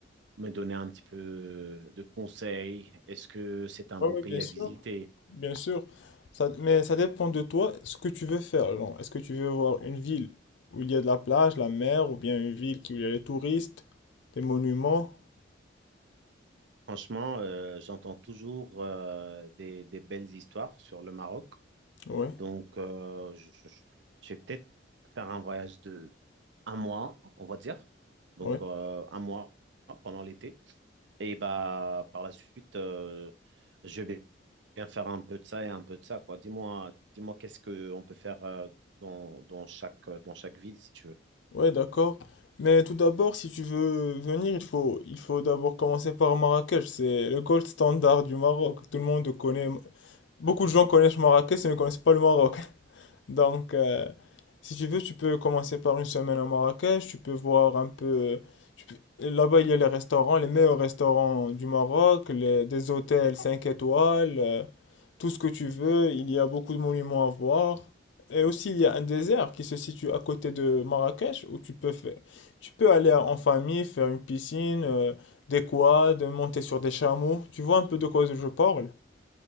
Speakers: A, on the right; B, on the left.
A: me donner un petit peu de conseils. Est-ce que c'est un
B: Oui,
A: beau
B: oui,
A: pays
B: bien sûr,
A: à visiter?
B: bien sûr. Ça- mais ça dépend de toi, ce que tu veux faire. genre. est-ce que tu veux voir une ville où il y a de la plage, la mer, ou bien une ville qui- où il y a les touristes, des monuments?
A: Franchement, euh, j'entends toujours euh, des, des belles histoires sur le Maroc.
B: Ouais,
A: Donc, euh, je, je- je vais peut-être faire un voyage de un mois, on va dire. Donc,
B: ouais,
A: euh, un mois pendant l'été. Et bah, par la suite, euh, je vais bien faire un peu de ça et un peu de ça, quoi. Dis-moi, dis-moi qu'est-ce qu'on peut faire euh, dans, dans chaque, euh, dans chaque ville, si tu veux.
B: ouais, d'accord. Mais tout d'abord, si tu veux venir, il faut, il faut d'abord commencer par Marrakech. C'est le gold standard du Maroc. Tout le monde connaît. Beaucoup de gens connaissent Marrakech, mais ne connaissent pas le Maroc. Donc, euh, si tu veux, tu peux commencer par une semaine à Marrakech, tu peux voir un peu... tu peux- Là-bas, il y a les restaurants, les meilleurs restaurants du Maroc, les- des hôtels 5 étoiles, euh, tout ce que tu veux, il y a beaucoup de monuments à voir. Et aussi, il y a un désert qui se situe à côté de Marrakech où tu peux faire, tu peux aller en famille, faire une piscine, euh, des quads, monter sur des chameaux. Tu vois un peu de quoi je parle?